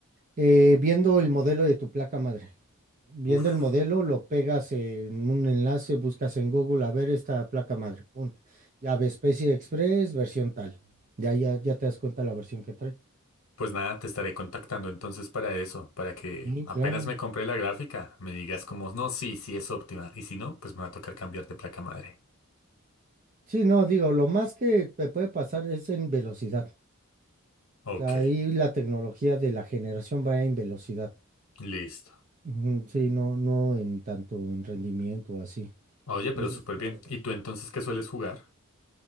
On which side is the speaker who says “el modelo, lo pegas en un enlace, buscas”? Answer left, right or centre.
Right